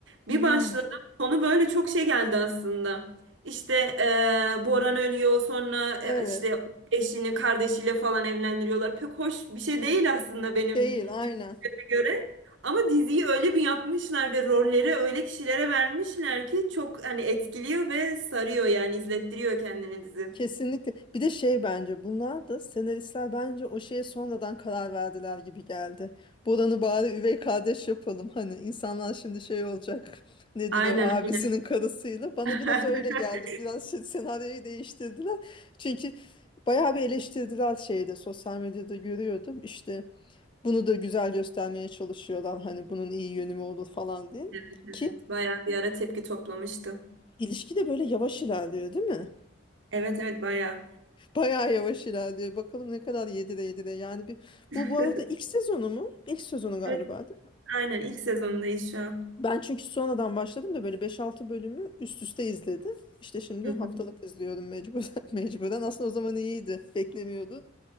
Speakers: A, on the right (about 65°); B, on the left (about 25°).
A: Bir
B: Hmm,
A: başladım. Konu böyle çok şey geldi aslında. İşte eee Boran ölüyor sonra e,
B: Evet.
A: işte eşini kardeşiyle falan evlendiriyorlar. Pek hoş bir şey değil aslında benim
B: Değil aynen.
A: düşünceme göre. Ama diziyi öyle bir yapmışlar ve rolleri öyle kişilere vermişler ki çok hani etkiliyor ve sarıyor yani izlettiriyor kendini dizi.
B: Kesinlikle. Bir de şey bence bunlar da senaristler bence o şeye sonradan karar verdiler gibi geldi. Boran'ı bari üvey kardeş yapalım. Hani insanlar şimdi şey olacak. <laughs> Nedir
A: Aynen
B: o abisinin
A: aynen.
B: karısıyla. Bana
A: <laughs>
B: biraz öyle geldi. Biraz şey, senaryoyu değiştirdiler. Çünkü bayağı bir eleştirdiler şeyde sosyal medyada görüyordum. İşte bunu da güzel göstermeye çalışıyorlar. Hani bunun iyi yönü mü olur falan diye.
A: Evet, evet.
B: Ki
A: Bayağı bir ara tepki toplamıştı.
B: İlişki de böyle yavaş ilerliyor değil mi?
A: Evet evet bayağı.
B: Bayağı yavaş ilerliyor. Bakalım ne kadar yedire yedire. Yani bir,
A: <laughs>
B: bu bu arada ilk sezonu mu? İlk sezonu galiba
A: Evet
B: değil mi?
A: aynen ilk sezondayız şu an.
B: Ben çünkü sonradan başladım da böyle beş altı bölümü üst üste izledim. İşte şimdi
A: <laughs>
B: haftalık izliyorum mecburen. <laughs> Mecburen. Aslında o zaman iyiydi. Beklemiyordum.